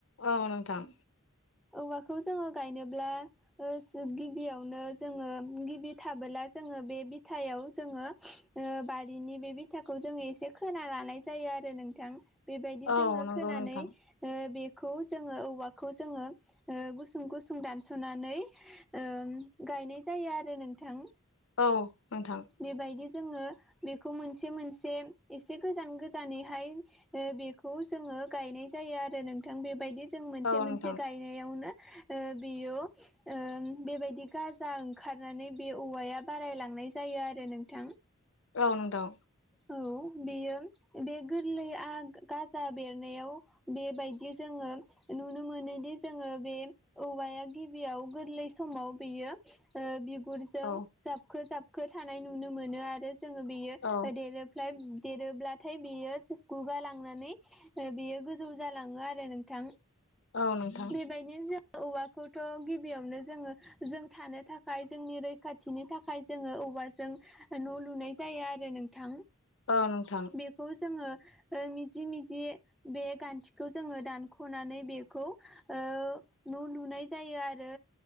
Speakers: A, on the left; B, in the centre.
A: औ नोंथां।
B: औवाखौ जोङो गायनोब्ला ओ गिबियावनो जोङो गिबि थाबोला जोङो बे बिथायाव जोङो ओ बारिनि बे बि थाखौ जोङो एसे खोना लानाय जायो आरो नोंथां बेबायदि
A: औ
B: जोङो
A: नंगौ
B: खोनानै
A: नोंथां
B: ओ बेखौ जोङो औवाखौ जोङो ओ गुसुं गुसुं दानस'नानै ओम गायनाय जायो आरो नोंथां।
A: औ नोंथां।
B: बेबायदि जोङो बेखौ मोनसे मोनसे एसे गोजान गोजानैहाय बेखौ जोङो गायनाय जायो आरो नोंथां बेबायदि जों मोनसे
A: औ
B: मोनसे
A: नोंथां
B: गाय यावनो ओ बेयो ओ बेबायदि गाजा ओंखारनानै बे औवाया बारायलांनाय जायो आरो नोंथां।
A: औ नोंथां।
B: औ बेयो बे गोरलैआ गाजा बेरनायाव बेबायदि जोङो नुनो मोनोदि जोङो बे औवाया गिबियाव गोरलै समाव बेयो ओ बिगुरजों
A: औ
B: जाबखो जाबखो थानाय नुनो मोनो आरो जोङो बेयो
A: औ
B: एरोप्लायफ देरोब्लाथाय बेयो गुगा लांनानै ओ बेयो गोजौ जालाङो आरो नोंथां।
A: औ नोंथां
B: बेबायनो जों औवाखौथ' गिबियावनो जोङो जों थानो थाखाय जोंनि रैखाथिनि थाखाय जोङो औवाजों न' लुनाय जायो आरो नों थां।
A: औ नोंथां
B: बेखौ जोङो ओ मिजि मिजि बे गान्थिखौ जोङो दानख'नानै बेखौ ओ न' लुनाय जायो आरो